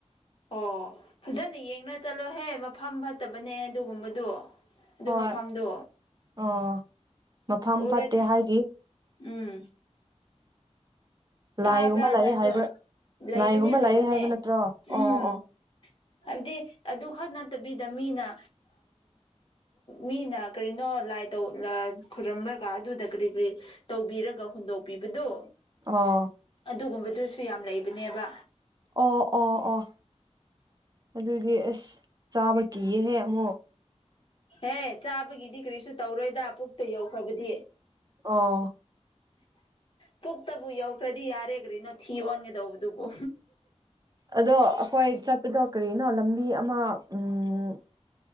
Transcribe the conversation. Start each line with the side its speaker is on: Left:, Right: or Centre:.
Left: ꯑꯣ ꯐꯖꯅ ꯌꯦꯡꯅ ꯆꯠꯂꯣꯍꯦ ꯃꯐꯝ ꯐꯠꯇꯕꯅꯦ ꯑꯗꯨꯒꯨꯝꯕꯗꯣ꯫ ꯑꯗꯨ
Right: ꯍꯣꯏ
Left: ꯃꯐꯝꯗꯣ
Right: ꯑꯣ ꯃꯐꯝ
Left: ꯎꯔꯗꯤ
Right: ꯐꯠꯇꯦ ꯍꯥꯏꯗꯤ
Left: ꯎꯝ ꯇꯕ꯭ꯔꯥ
Right: ꯂꯥꯏꯒꯨꯝꯕ ꯂꯥꯛꯑꯦ
Left: ꯅꯪꯁꯨ
Right: ꯍꯥꯏꯕ
Left: ꯂꯩꯕꯅꯦ
Right: ꯂꯥꯏꯒꯨꯝꯕ
Left: ꯂꯩꯕꯅꯦ
Right: ꯂꯥꯛꯑꯦ ꯍꯥꯏꯕ ꯅꯠꯇ꯭ꯔꯣ
Left: ꯎꯝ
Right: ꯑꯣ ꯑꯣ
Left: ꯍꯥꯏꯕꯗꯤ ꯑꯗꯨ ꯈꯛ ꯅꯠꯇꯕꯤꯗ ꯃꯤꯅ ꯃꯤꯅ ꯀꯔꯤꯅꯣ ꯂꯥꯏ ꯇꯧ ꯈꯨꯔꯝꯂꯒ ꯑꯗꯨꯗ ꯀꯔꯤ ꯀꯔꯤ ꯇꯧꯕꯤꯔꯒ ꯍꯨꯟꯗꯣꯛꯄꯤꯕꯗꯣ꯫
Right: ꯑꯣ
Left: ꯑꯗꯨꯒꯨꯝꯕꯗꯨꯁꯨ ꯌꯥꯝ ꯂꯩꯕꯅꯦꯕ꯫
Right: ꯑꯣ ꯑꯣ ꯑꯣ ꯑꯗꯨꯗꯤ ꯑꯁ ꯆꯥꯕ ꯀꯤꯌꯦꯍꯦ ꯑꯃꯨꯛ
Left: ꯍꯦ ꯆꯥꯕꯒꯤꯗꯤ ꯀꯔꯤꯁꯨ ꯇꯧꯔꯣꯏꯗ ꯄꯨꯛꯇ ꯌꯧꯈ꯭ꯔꯕꯗꯤ꯫
Right: ꯑꯣ
Left: ꯄꯨꯛꯇꯕꯨ ꯌꯧꯈ꯭ꯔꯗꯤ ꯌꯥꯔꯦ ꯀꯔꯤꯅꯣ ꯊꯤ ꯑꯣꯟꯒꯗꯧꯕꯗꯨꯕꯨ
Right: ꯑꯗꯣ ꯑꯩꯈꯣꯏ ꯆꯠꯄꯗꯣ ꯀꯔꯤꯅꯣ ꯂꯝꯕꯤ ꯑꯃ ꯎꯝ